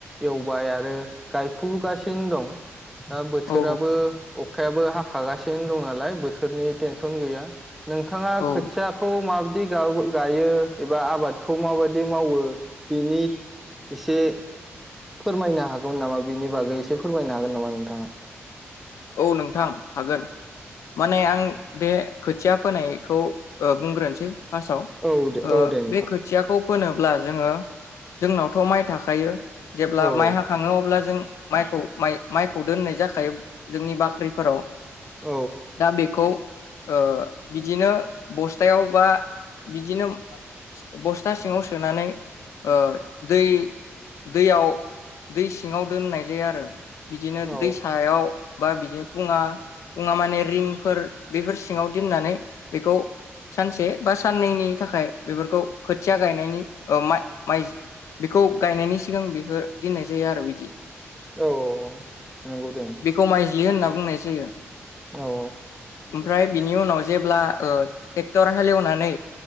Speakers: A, in the centre; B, on the left (about 80°).
A: एवबाय आरो गायफुगासिनो दं दा बोथोराबो
B: औ
A: अखायाबो हाखागासिनो दं नालाय बोथोरनि टेनसन गैया नोंथाङा
B: औ
A: खोथियाखौ माब खि गावो गायो एबा आबादखौ माबाददि मावो बिनि एसे फोरमायनो हागोन नामा बेनि बागै एसे फोरमायनो हागोन नामा नोंथाङा
B: औ नोंथां हागोन माने आं बे खोथिया फोनायखौ ओ बुंग्रोनोसै फासाव
A: औ दे
B: ओ
A: औ दे नोंथां
B: बे खोथियाखौ फोनोब्ला जोङो जोंनावथ' माइ थाखायो जेब्ला
A: औ
B: माइ
A: औ
B: हाखङो अब्ला जों माइखौ माइखौ दोननाय जाखायो जोंनि बाख्रिफोराव
A: औ
B: दा बेखौ ओ बिदिनो बस्थायाव बा बिदिनो बस्था सिङाव सोनानै ओ दै दैयाव दै सिङाव दोननाय जायो आरो बिदिनो
A: औ
B: दै सायाव बा बिदि फुङा फुङा माने रिंफोर बेफोर सिङाव दिननानै बेखौ सानसे बा साननैनि थाखाय बेफोरखौ खोथिया गायनायनि ओ मा माइ बेखौ गायनायनि सिगां बेफोर दोननाय जायो आरो बिदि
A: औ औ नोंगौ दे नोंथां
B: खौ माइज्लि होनना बुंनाय जायो
A: औ
B: ओमफ्राय बिनि उनाव जेब्ला ओ ट्रेक्टर हालेवनानै